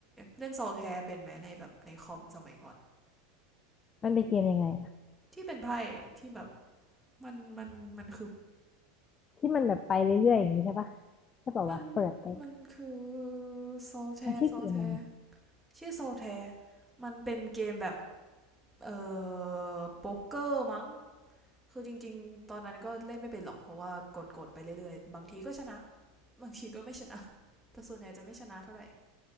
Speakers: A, in the centre; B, on the left.
A: เล่นโซลแทร์เป็นไหมในแบบในคอมสมัยก่อน
B: <laughs> มันเป็นเกมยังไงอะ
A: ที่เป็นไพ่ที่แบบมันมันมันคือ
B: ที่มันแบบไปเรื่อยๆอย่างนี้ใช่ปะใช่ป่าวะเปิดไป
A: มันมันคือโซลแทร์โซลแทร์
B: มันชื่อเกมอะไร
A: ชื่อโซลแทร์มันเป็นเกมแบบเออโป๊กเกอร์มั้ง คือจริงๆตอนนั้นก็เล่นไม่เป็นหรอกเพราะว่ากดๆไปเรื่อยๆบางทีก็ชนะบางทีก็ไม่ชนะแต่ส่วนใหญ่จะไม่ชนะเท่าไหร่